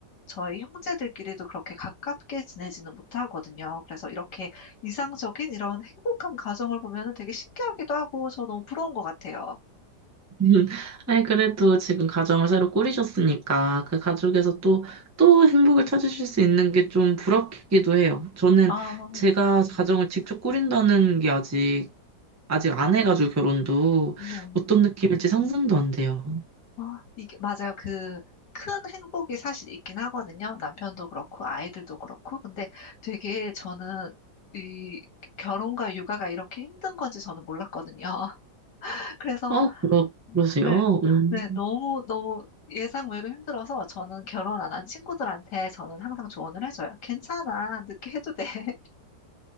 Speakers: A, on the left; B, on the right.
A: 저희 형제들끼리도 그렇게 가깝게 지내지는 못하거든요. 그래서 이렇게 이상적인 이런 행복한 가정을 보면 되게 신기하기도 하고 저 너무 부러운 것 같아요.
B: <laughs> 음, 아니, 그래도 지금 가정을 새로 꾸리셨으니까 그 가족에서 또, 또 행복을 찾으실 수 있는 게 좀 부럽기도 해요. 저는
A: 아,
B: 제가
A: 네.
B: 가정을 직접 꾸린다는 게 아직, 아직 안 해가지고 결혼도
A: 네.
B: 어떤 느낌일지 상상도 안 돼요.
A: 아, 이게 맞아요. 그 큰 행복이 사실 있긴 하거든요. 남편도 그렇고 아이들도 그렇고. 근데 되게 저는 이 결혼과 육아가 이렇게 힘든 건지 저는 몰랐거든요. <laughs> 그래서
B: 어, 그러, 그러세요?
A: 네,
B: 음,
A: 네, 너무, 너무 예상 외로 힘들어서 저는 결혼 안 한 친구들한테 저는 항상 조언을 해줘요. 괜찮아. 늦게 해도 돼. <laughs>